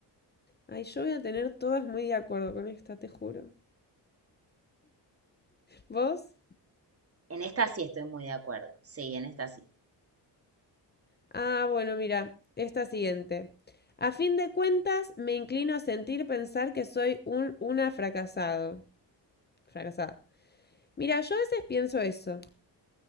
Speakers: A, on the left; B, on the right.
A: Ay, yo voy a tener todas muy de acuerdo con esta, te juro. ¿Vos?
B: En esta sí estoy muy de acuerdo. Sí, en esta sí.
A: Ah, bueno, mira, esta siguiente. A fin de cuentas, me inclino a sentir pensar que soy un, una fracasado. Fracasada. Mira, yo a veces pienso eso.